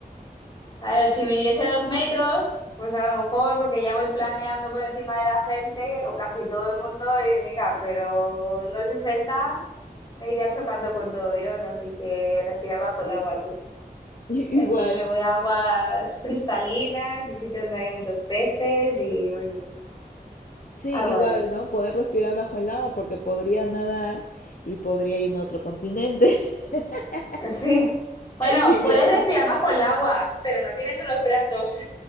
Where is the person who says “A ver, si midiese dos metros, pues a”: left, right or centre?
Left